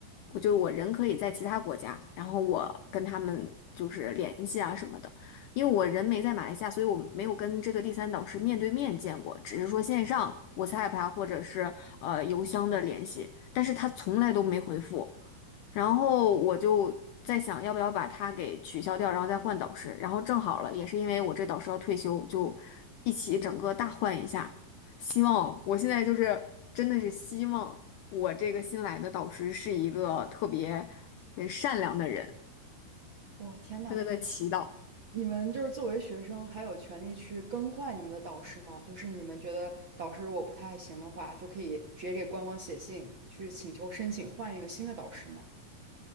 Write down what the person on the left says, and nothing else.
我就是我人可以在其他国家，然后我跟他们就是联系啊什么的，因为我人没在马来西亚，所以我没有跟这个第三导师面对面见过，只是说线上 WhatsApp 啊或者是呃邮箱的联系，但是他从来都没回复，然后我就在想要不要把他给取消掉，然后再换导师，然后正好了，也是因为我这导师要退休，就一起整个大换一下，希望我现在就是真的是希望。我这个新来的导师是一个特别呃善良的人，
真在在祈祷。